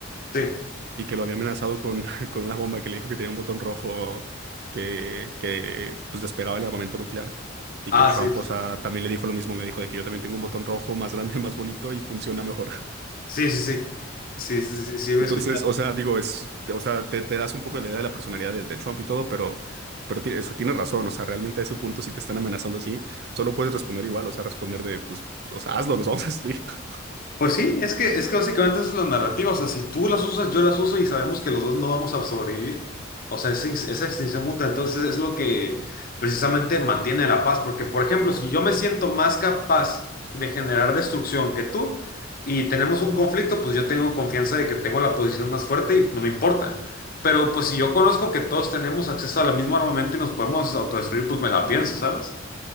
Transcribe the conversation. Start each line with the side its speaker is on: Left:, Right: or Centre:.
Left: Sí.
Right: y que lo había amenazado con, <laughs> con una bomba que le dijo que tenía un botón rojo que, que pues despegaba el armamento nuclear y
Left: Ah,
Right: que Trump,
Left: sí.
Right: o sea, también le dijo lo mismo, le dijo de que yo también tengo un botón rojo más grande, <laughs> más bonito y funciona mejor.
Left: Sí, sí, sí. Sí, sí, sí, sí, sí, escuchado
Right: Entonces, o sea, digo, es, o sea, te, te das un poco la idea de la personalidad de, de Trump y todo, pero, pero ti- o tienes razón, o sea, realmente a ese punto, si te están amenazando así, solo puedes responder igual, o sea, responder de, pues, o sea, hazlo, nos <laughs> vamos a destruir. <laughs>
Left: Pues sí, es que, es que básicamente esa es la narrativa. O sea, si tú las usas, yo las uso y sabemos que los dos no vamos a sobrevivir. O sea, esa, ex- esa extinción mutua. Entonces es lo que precisamente mantiene la paz. Porque, por ejemplo, si yo me siento más capaz de generar destrucción que tú y tenemos un conflicto, pues yo tengo confianza de que tengo la posición más fuerte y no me importa. Pero pues si yo conozco que todos tenemos acceso a la misma armamento y nos podemos autodestruir, pues me la pienso, ¿sabes?